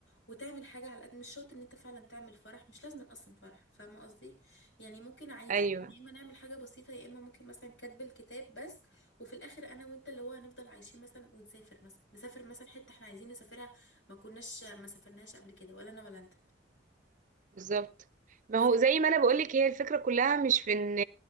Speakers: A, on the left; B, on the right.
A: وتعمل حاجة على قد مش شرط ان انت فعلا تعمل فرح مش لازم اصلا فرح فاهمة قصدي يعني ممكن عادي
B: ايوه
A: ممكن يا اما نعمل حاجة بسيطة يا اما ممكن مثلا كاتب الكتاب بس وفي الاخر انا وانت اللي هو هنفضل عايشين مثلا ونسافر مثلا نسافر مثلا حتة احنا عايزين نسافرها ما كناش ما سافرناش قبل كده ولا انا ولا انت
B: بالظبط ما
A: صح.
B: هو زي ما انا بقولك هي الفكرة كلها مش في ان